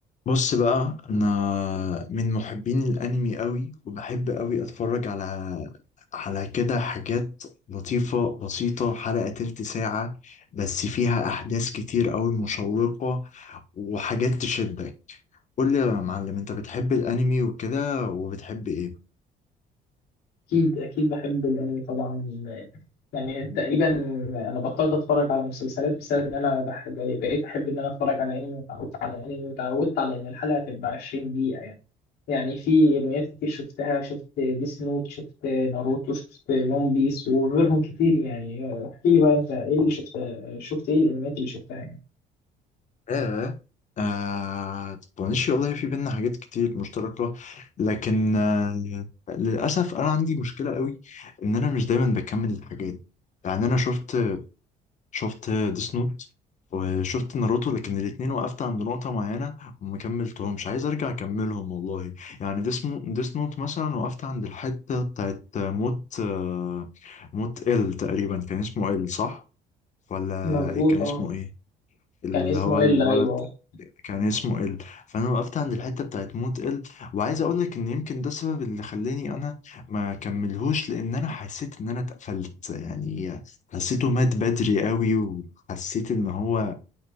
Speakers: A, on the left (about 45°); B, on the left (about 70°).
A: بص بقى انا من محبين الانمي قوي وبحب قوي اتفرج على على كده حاجات لطيفة بسيطة حلقة تلت ساعة بس فيها احداث كتير قوي مشوقة وحاجات تشدك قول لي يا معلم انت بتحب الانمي وكده وبتحب ايه
B: أكيد أكيد بحب الأنمي طبعا يعني تقريبا أنا بطلت أتفرج على مسلسلات بسبب إن أنا بحب بقيت أحب إن أنا أتفرج على أنمي وتعودت على الأنمي وتعودت على إن الحلقة تبقى 20 دقيقة يعني يعني في أنميات كتير شفتها شفت ديس نوت شفت ناروتو شفت ون بيس وغيرهم كتير يعني احكي لي بقى أنت إيه اللي شفت شفت إيه الأنميات اللي شفتها يعني
A: آه آه طنش والله في بينا حاجات كتير مشتركة لكن آه للأسف أنا عندي مشكلة قوي إن أنا مش دايما بكمل الحاجات يعني أنا شفت شفت ديس نوت وشفت ناروتو لكن الاتنين وقفت عند نقطة معينة وما كملتهمش عايز أرجع أكملهم والله يعني ديس ديس نوت مثلا وقفت عند الحتة بتاعت موت آه موت إل تقريبا كان اسمه إل صح؟ ولا
B: مظبوطة
A: إيه؟ كان اسمه إيه؟ اللي
B: كان اسمه
A: هو الولد
B: إلا أيوه
A: كان اسمه ال فانا وقفت عند الحته بتاعت موت ال وعايز اقول لك ان يمكن ده السبب اللي خلاني انا ما كملهوش لان انا حسيت ان انا اتقفلت يعني حسيته مات بدري قوي وحسيت ان هو